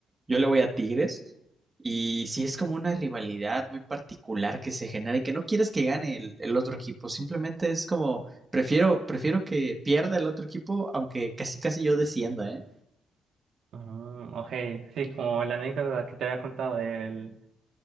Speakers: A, on the right (about 20°); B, on the right (about 65°).
A: yo le voy a Tigres y sí es como una rivalidad muy particular que se genera y que no quieres que gane el, el otro equipo, simplemente es como, prefiero, prefiero que pierda el otro equipo, aunque casi casi yo descienda, ¿eh?
B: Mm, ok, sí, como la anécdota que te había contado del...